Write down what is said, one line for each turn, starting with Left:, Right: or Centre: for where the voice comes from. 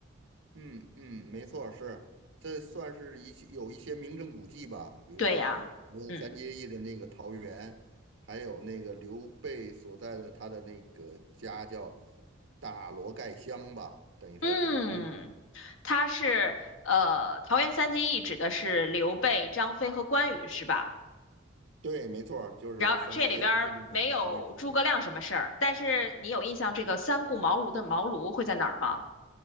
Right: 嗯嗯，没错儿是这算是一些有一些名胜古迹吧，比如说梅园三结义的那个桃园，
Left: 对呀，嗯
Right: 还有那个刘备所在的他的那个家叫大罗盖乡吧，等于说是，
Left: 嗯，
Right: 嗯，
Left: 它是呃桃园三结义指的是刘备、张飞和关羽，是吧？
Right: 对，没错儿就是《三国演义》里面的三位主角，
Left: 然后这里边儿没有诸葛亮什么事儿，
Right: 嗯，
Left: 但是你有印象这个三顾茅庐的茅庐会在哪儿吗？